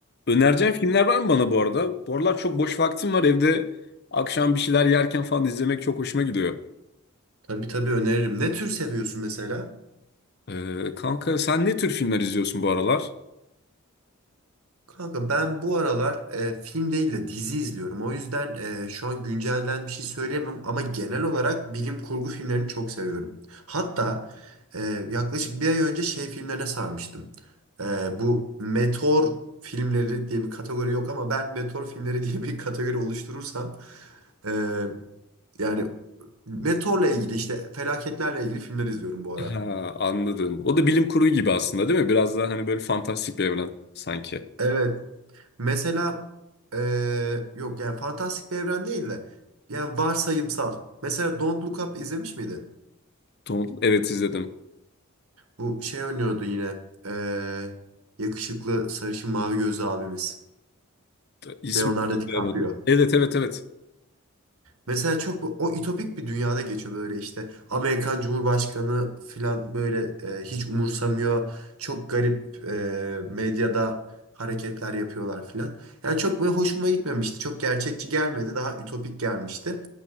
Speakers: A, on the left (about 45°); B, on the right (about 80°).
A: önereceğin filmler var mı bana bu arada? Bu aralar çok boş vaktim var evde akşam bir şeyler yerken falan izlemek çok hoşuma gidiyor.
B: tabii tabii öneririm. Ne tür seviyorsun mesela?
A: Ee, kanka sen ne tür filmler izliyorsun bu aralar?
B: Kanka ben bu aralar e, film değil de dizi izliyorum. O yüzden e, şu an güncelden bir şey söyleyemem ama genel olarak bilim kurgu filmlerini çok seviyorum. Hatta e, yaklaşık bir ay önce şey filmlerine sarmıştım. E, bu meteor filmleri diye bir kategori yok ama ben meteor filmleri <laughs> diye bir kategori oluşturursam e, yani meteorla ilgili işte felaketlerle ilgili filmler izliyorum bu ara.
A: Ha, anladım. O da bilim kurgu gibi aslında değil mi? Biraz daha hani böyle fantastik bir evren sanki.
B: Evet. Mesela eee, yok yani fantastik bir evren değil de yani varsayımsal. Mesela Don't Look Up izlemiş miydin?
A: Don't- Evet izledim.
B: Bu şey oynuyordu yine eee, yakışıklı sarışın mavi gözlü abimiz.
A: İsmi
B: Leonardo
A: hatırlayamadım.
B: DiCaprio.
A: Evet evet evet.
B: Mesela çok bu- o ütopik bir dünyada geçiyor böyle işte. Amerikan Cumhurbaşkanı falan böyle e, hiç umursamıyor. Çok garip e, medyada hareketler yapıyorlar falan. Yani çok böyle hoşuma gitmemişti. Çok gerçekçi gelmedi. Daha ütopik gelmişti.